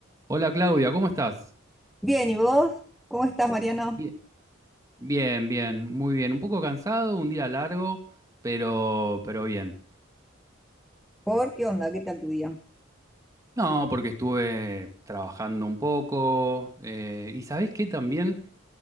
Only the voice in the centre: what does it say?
Bien, ¿y vos? ¿Cómo estás, Mariano?
¿Por qué onda? ¿Qué tal tu día?